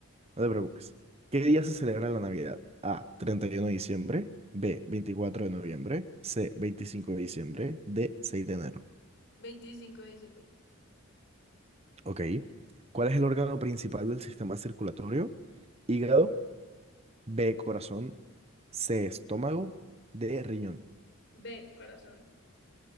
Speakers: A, on the right (about 30°); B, on the left (about 55°).
A: no te preocupes. ¿Qué día se celebra la Navidad? A, 31 de diciembre, B, 24 de noviembre, C, 25 de diciembre, D, 6 de enero.
B: veinticinco de diciembre.
A: Ok. ¿Cuál es el órgano principal del sistema circulatorio? Hígado, B, corazón, C, estómago, D, riñón.
B: B, corazón.